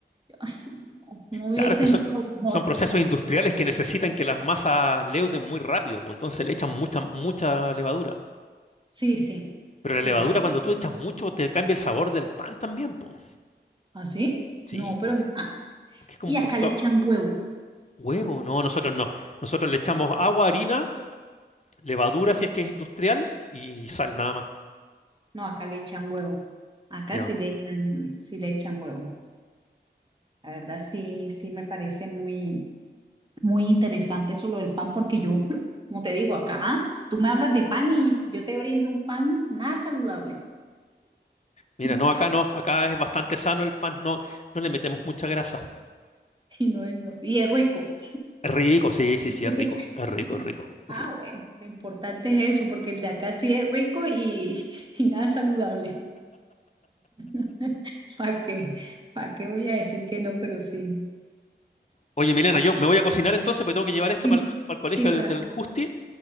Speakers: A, on the right; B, on the left.
A: Yo, Ay, no, no hubiese
B: claro, es que
A: entrado
B: son,
A: mejor.
B: son procesos industriales que necesitan que las masas leuden muy rápido, pues, entonces le echan mucha, mucha levadura.
A: Sí, sí,
B: Pero la levadura,
A: sí, la verdad.
B: cuando tú echas mucho, te cambia el sabor del pan también, po.
A: ¿Ah, sí?
B: Sí,
A: No, pero...
B: po,
A: mi- Ah,
B: porque es como
A: y
B: un
A: acá
B: poquito
A: le echan huevo.
B: huevo. No, nosotros no. Nosotros le echamos agua, harina, levadura si es que es industrial y sal nada más.
A: No, acá le echan huevo. Acá
B: Ya.
A: sí le echan, sí le echan huevo. La verdad, sí, sí me parece muy... Muy interesante eso lo del pan, porque yo, mm, como te digo, acá tú me hablas de pan y yo te brindo un pan nada saludable.
B: Mira,
A: <laughs>
B: no, acá no. Acá es bastante sano el pan. No, no le metemos mucha grasa.
A: Y no es, no- y es rico.
B: Rico, sí, sí,
A: <laughs>
B: sí, es rico. Es rico, es rico, es
A: Ah,
B: rico.
A: bueno, lo importante es eso, porque el de acá sí es rico y, <laughs> y nada saludable. <laughs> ¿Para qué? ¿Para qué voy a decir que no? Pero sí.
B: Oye, Milena,
A: Ah,
B: yo me voy a cocinar entonces porque tengo que llevar esto
A: sí,
B: para el, colegio
A: sí, para
B: del, del Justi.